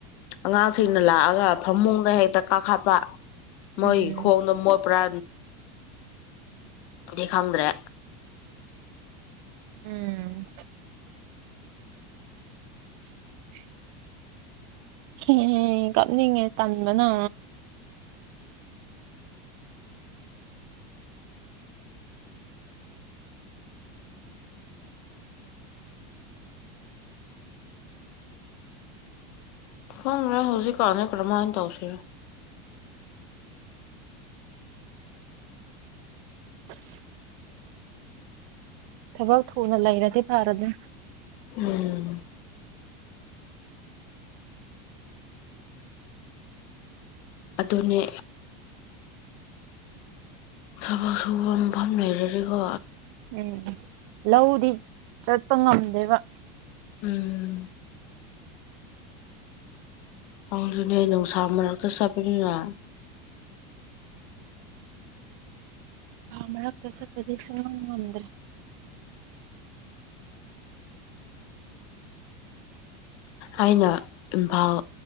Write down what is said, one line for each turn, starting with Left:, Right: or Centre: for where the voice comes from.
Left: ꯑꯉꯥꯡꯁꯤꯡꯅ ꯂꯥꯛꯑꯒ ꯐꯃꯨꯡꯗ ꯍꯦꯛꯇ ꯀꯥꯈꯠꯄ ꯃꯣꯏ
Right: ꯎꯝ
Left: ꯈꯣꯡꯗꯣ ꯃꯣꯠꯄꯔꯥ ꯗꯤ ꯈꯪꯗ꯭ꯔꯦ
Right: ꯎꯝ <inaudible> ꯎꯝ ꯀꯞꯅꯤꯡꯉꯦ ꯇꯟꯕꯅ
Left: ꯈꯪꯗꯦ ꯍꯧꯖꯤꯛꯀꯥꯟꯁꯦ ꯀꯔꯝꯃꯥꯢꯅ ꯇꯧꯁꯤꯔꯥ
Right: <inaudible> ꯊꯕꯛ ꯊꯨꯅ ꯂꯩꯔꯗꯤ ꯐꯥꯔꯝꯅꯤ
Left: ꯎꯝ ꯑꯗꯨꯅꯦ ꯊꯕꯛ ꯁꯨꯕ ꯃꯐꯝ ꯂꯩꯔꯗꯤꯀꯣ
Right: ꯎꯝ ꯂꯧꯗꯤ ꯆꯠꯄ ꯉꯝꯗꯦꯕ
Left: ꯎꯝ ꯑꯗꯨꯅꯦ ꯅꯨꯡꯁꯥ ꯃꯔꯛꯇ ꯆꯠꯄꯅꯤꯅ
Right: ꯃꯔꯛꯇ ꯆꯠꯄꯗꯤ ꯁꯨꯡꯉꯥꯝ ꯉꯝꯗ꯭ꯔꯦ
Left: ꯑꯩꯅ ꯏꯝꯐꯥꯜ